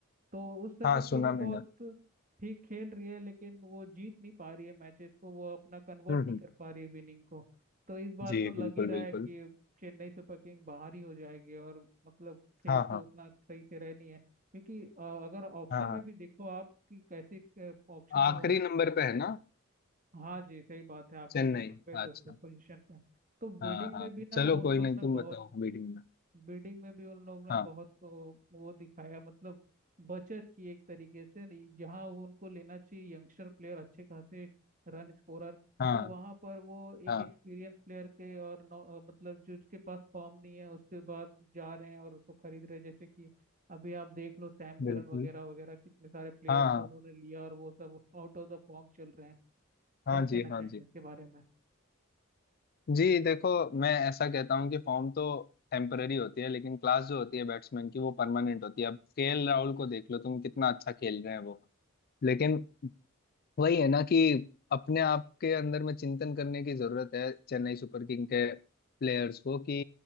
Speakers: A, on the right; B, on the left.
A: तो उस समय
B: हाँ सुना
A: थोड़ी बहुत
B: मैंने
A: ठीक खेल रही है लेकिन वो जीत नहीं पा रही है मैचेस को वो अपना कन्वर्ट
B: हम्म
A: नहीं
B: हम्म
A: कर पा रही है विनिंग को तो इस बार
B: जी
A: तो लग
B: बिल्कुल
A: ही रहा
B: बिल्कुल
A: है कि चेन्नई सुपर किंग बाहर ही हो जाएगी और मतलब खेल
B: हाँ
A: तो
B: हाँ
A: उतना सही से रह नहीं है क्योंकि अ, अगर ऑक्शन
B: हाँ हाँ
A: में भी देखो आप कि कैसे ऑक्शन
B: आखिरी
A: हुआ
B: नंबर पे है ना
A: हाँ जी सही बात है आखिरी
B: चेन्नई
A: नंबर पे दसवें
B: अच्छा
A: पोजीशन पे तो बिडिंग
B: हाँ हाँ
A: में भी ना
B: चलो
A: उन
B: कोई
A: लोग
B: नहीं
A: ने
B: तुम
A: बहुत
B: बताओ अभी टीम में
A: बिल्डिंग में भी उन लोगों ने
B: हाँ।
A: बहुत को- वो दिखाया मतलब बचत की एक तरीके से नहीं, जहाँ वो उनको लेना चाहिए यंगस्टर प्लेयर अच्छे खासे रन स्कोरर
B: हाँ
A: तो वहाँ पर वो एक
B: हाँ
A: एक्सपीरियंस प्लेयर के और नौ, अ, मतलब जो उसके पास फॉर्म नहीं है उसके बाद जा रहे हैं और उसको खरीद रहे हैं जैसे कि अभी आप देख लो सैम करन
B: बिल्कुल
A: वगैरह वगैरह कितने सारे प्लेयर्स
B: हाँ
A: को उन्होंने लिया और वो सब आउट ऑफ द फॉर्म चल रहे हैं
B: हाँ
A: क्या कहना
B: जी
A: चाहेंगे
B: हाँ जी
A: इसके बारे में
B: जी देखो मैं ऐसा कहता हूँ कि फॉर्म तो टेम्पररी होती है लेकिन क्लास जो होती है बैट्समैन की वो परमानेंट होती है अब केएल राहुल को देख लो तुम कितना अच्छा खेल रहे हैं वो लेकिन वही है ना कि अपने आप के अंदर में चिंतन करने की जरूरत है चेन्नई सुपर किंग के प्लेयर्स को कि